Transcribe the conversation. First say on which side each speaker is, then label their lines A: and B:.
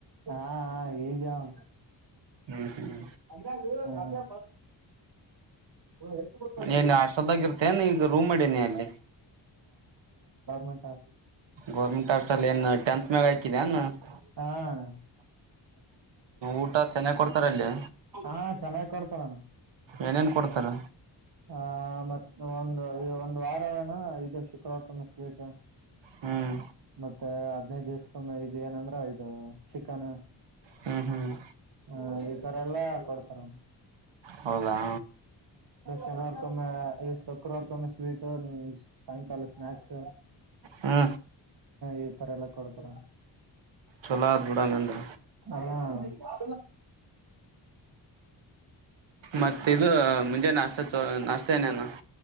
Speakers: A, on the right; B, on the right.
A: ಹಾ ಹಾ ಈಜಾವ
B: ಹ್ಮ್ ಹ್ಮ್
A: ಬಬ ಹೆ ಕೊಡ್ತಗಲ್
B: ನೀನ್ ಹಾಸ್ಟೆಲ್ದಾಗ ಇರ್ತೇನ್ ಈಗ ರೂಮ್ ಮಾಡೀನಿ ಅಲ್ಲಿ
A: ಮಂಟಾ
B: ಗೋರ್ಮೆಂಟ್ ಹಸ್ಟಲ್ಲಿ ಏನ್ ಟೆಂತ್ ಮ್ಯಾಗ ಹಯಕಿದನ್ಪ್
A: ಹಾ ಅಣ್ಣ
B: ಊಟ ಚೆನ್ನಾಗ್ ಕೊಡ್ತಾರ ಅಲ್ಲಿ
A: ಹಾ ಚೆನ್ನಾಗ್ ಕೊಡ್ತಾರಣ
B: ಏನೇನ್ ಕೊಡ್ತಾರ
A: ಆ ಮತ್ ಒಂದು ಒಂದಂದು ವಾರನ ಇದು ಶುಕ್ರವಾರಕೊಮ್ಮೆ ಸ್ವೀಟ್
B: ಹ್ಮ್
A: ಮತ್ತೆ ಅದ ಹದ್ಿನೈದು ದಿವ್ಸ್ಕೊಮ್ಮ ಇದು ಏನಂದ್ರ ಇದು ಚಿಕನ್
B: ಹ್ಮ್ ಹ್ಮ್
A: ಹಾ ಎಲ್ಲಾ ಕೊಡ್ತಾರೆ
B: ಹೌದಾ
A: ಕೆನವರ್ಕೊಮ್ಮ ಶುಕ್ರವರ್ ಕೊಮ್ಮ ಸ್ವೀಟ್ ಸಾಯಂಕಾಲ ಸ್ನಾಕ್ಸ್
B: ಹಾ
A: ಈ ತರ ಎಲ್ಲ ಕೊಡ್ತಾರ
B: ಚಲೋ ಆದ್ ಬಿಡಂಗಂದ್ರ
A: ಹ್ಮ್ಮ
B: ಮತ್ತ ಇದು ಮುಂಜೆ ನಾಷ್ಟ ನಾಷ್ಟತ ಏನೇನು